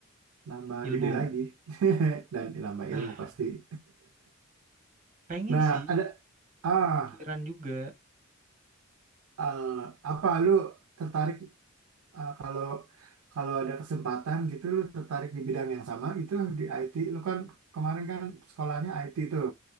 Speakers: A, on the right; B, on the right.
A: nambah
B: ilmu.
A: gede lagi. <laughs> Dan nambah
B: Nah,
A: ilmu pasti. <laughs>
B: pengen
A: Nah,
B: sih,
A: ada ah
B: kepikiran juga.
A: eh, apa lu tertarik eh, kalau kalau ada kesempatan gitu lu tertarik di bidang yang sama gitu di IT lu kan kemarin kan sekolahnya IT tuh